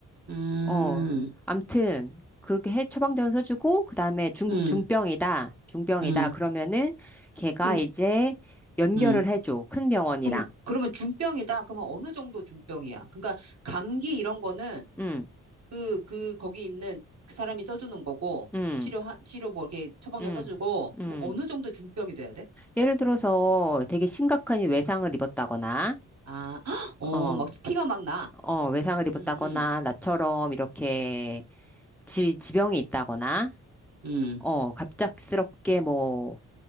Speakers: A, on the right; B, in the centre.
A: 음,
B: 어 암튼 그렇게 해 처방전 써주고 그다음에 중
A: 음,
B: 중병이다 중병이다
A: 음.
B: 그러면은 걔가
A: 그럼,
B: 이제 연결을
A: 음.
B: 해줘 큰 병원이랑.
A: 그럼, 그러면 중병이다? 그러면 어느 정도 중병이야? 그러니까 감기 이런 거는
B: 음
A: 그, 그, 거기 있는 그 사람이 써주는 거고,
B: 음,
A: 치료, 치료 뭐 이렇게 처방전
B: 음,
A: 써주고,
B: 음.
A: 그럼 어느 정도 중병이 돼야 돼?
B: 예를 들어서 되게 심각한 외상을 입었다거나,
A: 아, <gasps> 어,
B: 어,
A: 막 피가 막 나.
B: 어, 외상을 입었다거나,
A: 응, 응,
B: 나처럼 이렇게 지, 병이 있다거나,
A: 응.
B: 어, 갑작스럽게 뭐,